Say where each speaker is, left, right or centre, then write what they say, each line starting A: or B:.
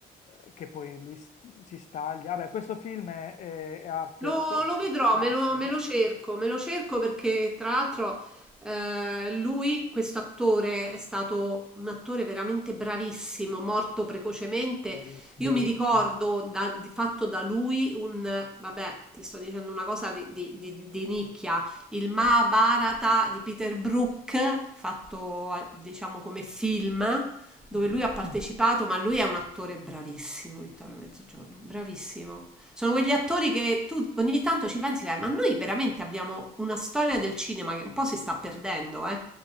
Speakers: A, on the left; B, in the centre.
A: eh, che poi lui s- si staglia. Vabbè, questo film è, è- è arte,
B: Lo, lo vedrò,
A: è
B: me
A: arte,
B: lo, me lo cerco, me lo cerco perché tra l'altro eh, lui, questo attore, è stato un attore veramente bravissimo, morto precocemente.
A: verissimo.
B: Io mi ricordo da- di fatto da lui un, vabbè, ti sto dicendo una cosa di, di- di- di nicchia, il Mahabharata di Peter Brook, fatto eh, diciamo come film, dove
A: Mhm.
B: lui ha partecipato, ma lui è un attore bravissimo, Vittorio Mezzogiorno, bravissimo. Sono quegli attori che tu ogni tanto ci pensi, dai, ma noi veramente abbiamo una storia del cinema che un po' si sta perdendo, eh?